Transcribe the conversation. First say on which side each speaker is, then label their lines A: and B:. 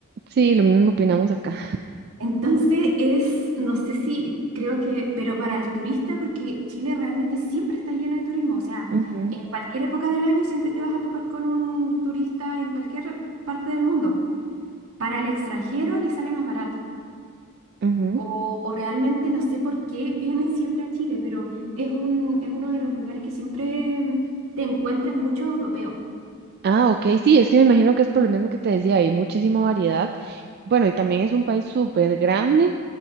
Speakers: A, on the right (about 50°); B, on the right (about 75°).
A: Sí, lo mismo opinamos acá.
B: <laughs> Entonces es, no sé si creo que, pero para el turista, porque Chile realmente siempre está lleno de turismo, o sea,
A: Ujú,
B: en cualquier época del año siempre te vas a topar con un turista en cualquier parte del mundo. Para el extranjero le sale más barato.
A: ujú.
B: O, o realmente no sé por qué vienen <laughs> siempre a Chile, pero es un, es uno de los lugares que siempre mm, te encuentras mucho europeo.
A: Ah, ok, sí, es que me imagino que es por lo mismo que te decía, hay muchísima variedad. Bueno, y también es un país súper grande.